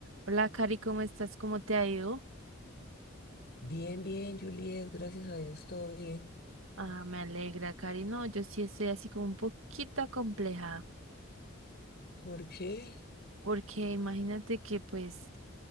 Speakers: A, on the right; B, on the left.
A: Hola, Cari, ¿cómo estás? ¿Cómo te ha ido?
B: Bien, bien, Juliet, gracias a Dios, todo bien.
A: Ah, me alegra, Cari. No, yo sí estoy así como un poquito acomplejada,
B: ¿Por qué?
A: porque imagínate que pues